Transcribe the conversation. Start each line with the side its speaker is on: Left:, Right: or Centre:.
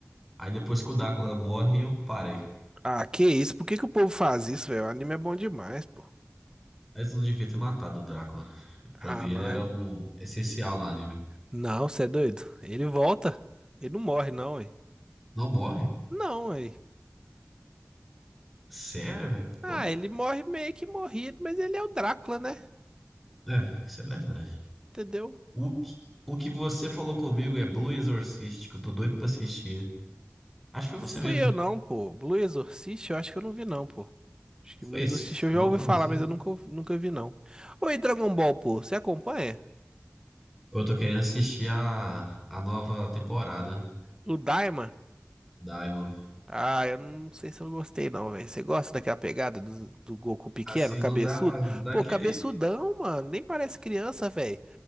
Centre: aí depois que o Drácula morre, eu parei.
Right: Ah, que isso? Por que que o povo faz isso, velho? O anime é bom demais, pô.
Centre: Eles não devia ter matado o Drácula. Pra
Right: Ah,
Centre: mim,
Right: não,
Centre: ele era
Right: é
Centre: o essencial no anime.
Right: Não, você é doido. Ele volta. Ele não morre, não, aí.
Centre: Não morre?
Right: Não, aí.
Centre: Sério, velho?
Right: Ah,
Centre: Pô.
Right: ele morre meio que morrido, mas ele é o Drácula, né?
Centre: É, isso é verdade.
Right: Entendeu?
Centre: O que, o que você falou comigo é Blue Exorcist, que eu tô doido pra assistir. Acho que foi
Right: Fui
Centre: você mesmo,
Right: eu
Centre: né?
Right: não, pô. Blue Exorcist, eu acho que eu não vi, não, pô. Acho
Centre: Foi
Right: que Blue Exorcist
Centre: isso.
Right: eu
Centre: Não
Right: já ouvi
Centre: foi
Right: falar,
Centre: você?
Right: mas eu nunca, ouvi- nunca vi, não. Oi, Dragon Ball, pô. Você acompanha?
Centre: Eu tô querendo assistir a, a nova temporada
Right: O Daima?
Centre: da Diamond.
Right: Ah, eu não sei se eu gostei, não, velho. Você gosta daquela pegada do, do Goku pequeno,
Centre: Assim,
Right: cabeçudo?
Centre: não dá, não dá
Right: Pô,
Centre: aquele.
Right: cabeçudão, mano. Nem parece criança, velho.